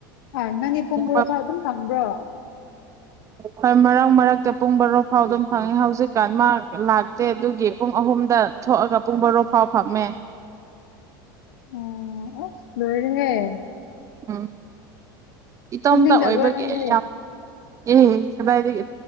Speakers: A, on the left; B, on the right.
A: ꯍꯥ ꯅꯪꯒꯤ ꯄꯨꯡ
B: ꯌꯦꯡꯕ
A: ꯕꯥꯔꯣꯐꯥꯎ ꯑꯗꯨꯝ ꯐꯝꯕ꯭ꯔꯣ
B: ꯍꯣꯏ ꯃꯔꯛ ꯃꯔꯛꯇ ꯄꯨꯡ ꯕꯔꯣ ꯐꯥꯎ ꯑꯗꯨꯝ ꯐꯪꯝꯃꯦ ꯍꯧꯖꯤꯛꯀꯥꯟ ꯃꯥ ꯂꯥꯛꯇꯦ ꯑꯗꯨꯒꯤ ꯄꯨꯡ ꯑꯍꯨꯝꯗ ꯊꯣꯛꯑꯒ ꯄꯨꯡ ꯕꯔꯣ ꯐꯥꯎ ꯐꯝꯃꯦ
A: ꯑꯣ ꯑꯁ ꯂꯣꯏꯔꯦ ꯉꯦ <unintelligible>
B: ꯎꯝ ꯏꯇꯣꯝꯇ
A: ꯇꯨꯝꯅꯤꯡꯗꯕꯔ꯭ꯣ
B: ꯑꯣꯏꯕꯒꯤ
A: ꯅꯪꯗꯤ
B: ꯌꯥꯝ ꯑꯦ ꯀꯗꯥꯏꯗꯒꯤ